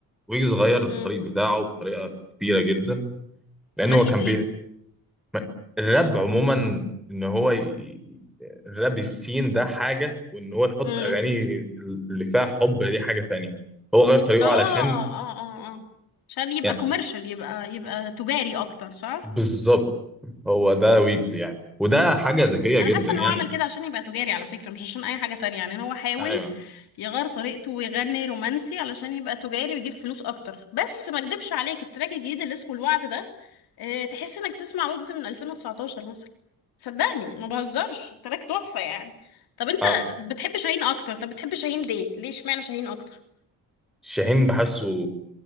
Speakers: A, in the centre; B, on the left.
A: ويجز غير الطريق
B: مم.
A: بتاعه بطريقه كبيره جدا لان
B: من ناحية
A: هو كان
B: ايه
A: بي... ما- الراب عموما ان هو ي... الراب السين ده حاجه وان هو يحط
B: مم.
A: اغاني اللي فيها حب دي حاجه تانية هو غير طريقه
B: اه
A: علشان
B: اه اه اه عشان يبقى
A: يعني
B: كوميرشال يبقى يبقى تجاري اكتر صح
A: بالظبط هو ده ويجز يعني وده حاجه ذكيه
B: انا
A: جدا
B: حاسه
A: يعني
B: ان هو عمل كده عشان يبقى تجاري على فكره مش عشان اي حاجه تانية يعني إن هو حاول
A: ايوه
B: يغير طريقته ويغني رومانسي علشان يبقى تجاري ويجيب فلوس اكتر بس ما اكدبش عليك التراك الجديد اللي اسمه الوعد ده اه تحس انك بتسمع ويجز من 2019 مثلا صدقني ما بهزرش التراك تحفه يعني طب انت
A: اه
B: بتحب شاهين اكتر طب بتحب شاهين ليه ليه اشمعنى شاهين اكتر
A: شاهين بحسه